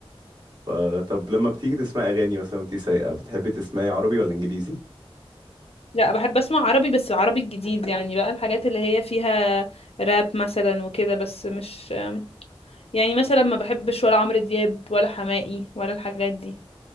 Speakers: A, on the right; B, on the left.
A: فطب لما بتيجي تسمعي اغاني مثلا وانت سايقه بتحبي تسمعي عربي ولا انجليزي
B: لا بحب اسمع عربي بس العربي الجديد يعني بقى الحاجات اللي هي فيها راب مثلا وكده بس مش يعني مثلا ما بحبش ولا عمرو دياب ولا حماقي ولا الحاجات دي